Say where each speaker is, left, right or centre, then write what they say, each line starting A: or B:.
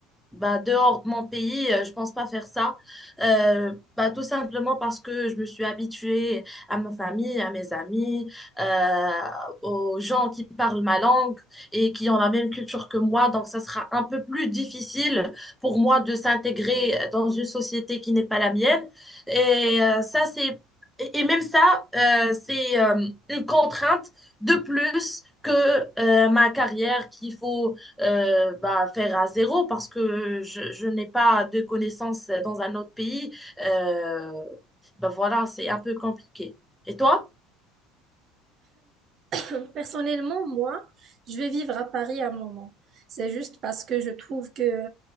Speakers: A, in the centre; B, on the right.
A: bah, dehors de mon pays, euh, je pense pas faire ça. Euh, bah, tout simplement parce que je me suis habituée à ma famille, à mes amis, euh, aux gens qui parlent ma langue et qui ont la même culture que moi. Donc, ça sera un peu plus difficile pour moi de s'intégrer dans une société qui n'est pas la mienne. Et euh, ça, c'est... Et et même ça, euh, c'est euh, une contrainte de plus que euh, ma carrière qu'il faut euh, bah, faire à zéro parce que je, je n'ai pas de connaissances dans un autre pays. Euh, bah, voilà, c'est un peu compliqué. Et toi?
B: <coughs> Personnellement, moi, je vais vivre à Paris un moment. C'est juste parce que je trouve que